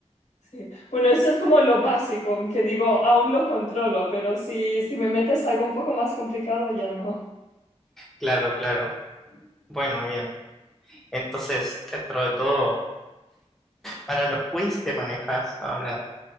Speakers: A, on the left; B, in the centre.
A: Sí. Bueno, eso es como lo básico, que digo, aún lo controlo, pero si, si me metes algo un poco más complicado, ya no.
B: Claro, claro. Bueno, bien. Entonces, dentro de todo, para los quiz te manejas ahora.